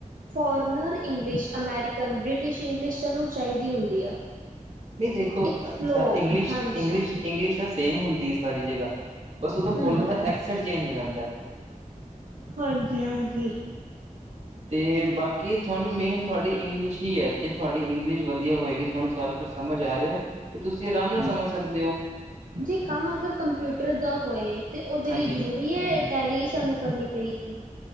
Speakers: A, on the right; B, on the right.
A: foreigner. English American British English ਸਾਨੂੰ ਚਾਹੀਦੀ ਹੁੰਦੀ ਆ।
B: ਨਹੀਂ ਦੇਖੋ
A: ਇੱਕ ਫਲੋ
B: ਇੰਗਲਿਸ਼
A: ਹਾਂਜੀ
B: ਇੰਗਲਿਸ਼ ਇੰਗਲਿਸ਼ ਤਾਂ ਸੇਮ ਹੁੰਦੀ ਹੈ ਸਾਰੀ ਜਗ੍ਹਾ। ਬਸ ਉਹਦਾ
A: ਹੂੰ
B: ਬੋਲਣ ਦਾ ਐਕਸੈਂਟ ਚੇਂਜ ਹੋ ਜਾਂਦਾ ਹੈ।
A: ਹਾਂਜੀ ਹਾਂਜੀ
B: ਤੇ ਬਾਕੀ ਤੁਹਾਨੂੰ ਮੇਨ ਤੁਹਾਡੀ ਇੰਗਲਿਸ਼ ਹੀ ਹੈ ਜੇ ਤੁਹਾਡੀ ਇੰਗਲਿਸ਼ ਵਧੀਆ ਹੋਏਗੀ ਤੁਹਾਨੂੰ ਸਾਰਾ ਕੁਛ ਸਮਝ ਆ ਰਿਹਾ ਤੇ ਤੁਸੀਂ ਆਰਾਮ ਨਾਲ
A: ਹੂੰ
B: ਸਮਝ ਸਕਦੇ ਹੋ।
A: ਜੇ ਕੰਮ ਅਗਰ ਕੰਪਿਊਟਰ ਦਾ ਹੋਏ ਤੇ ਉਹਦੇ
B: ਹਾਂਜੀ
A: ਲਈ ਜ਼ਰੂਰੀ ਹੈ ਟੈਲੀ ਹੀ ਸਾਨੂੰ ਕਰਨੀ ਪਏਗੀ?